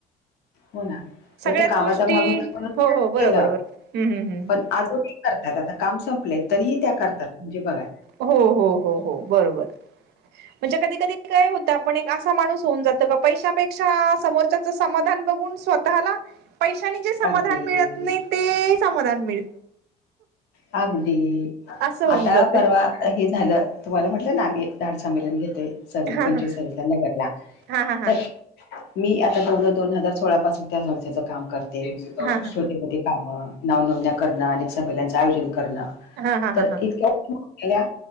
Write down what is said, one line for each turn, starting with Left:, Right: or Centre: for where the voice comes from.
Left: हो ना
Right: सगळ्याच
Left: तर ते कामाचा
Right: गोष्टी
Left: भाग होता म्हणून मी
Right: हो
Left: आधी
Right: हो बरोबर
Left: केलं
Right: बर हम्म हम्म हम्म
Left: पण आजू करतायत आता काम संपलेय तरीही त्या करतात, म्हणजे बघा.
Right: हो हो हो हो बरोबर, म्हणजे कधी कधी काय हो आपण एक असा माणूस होऊन जातो का, पैशापेक्षा समोरच्याच समाधान बघून स्वतःला पैशानी जे समाधान
Left: अगदी
Right: मिळत नाही, ते समाधान मि
Left: अगदी,
Right: असं होऊन
Left: आता
Right: जात
Left: परवा हे झालं, तुम्हाला म्हटलं ना मी एक झाड संमेलन घेतोय. सव्वीस
Right: हा
Left: पंचवीस
Right: हा
Left: सव्वीस न भरला
Right: हा हा हा
Left: तर
Right: हा
Left: मी आता जवळ जवळ दोन हजार सोळा पासून त्या संस्थेचं काम कर ते
Right: हा हा
Left: छोटी मोठीे कामं, नाव नोंदण्या करणं अनेक संमेलनचं आयोजन करनं
Right: हा हा हा
Left: तर इतक्या ल्या,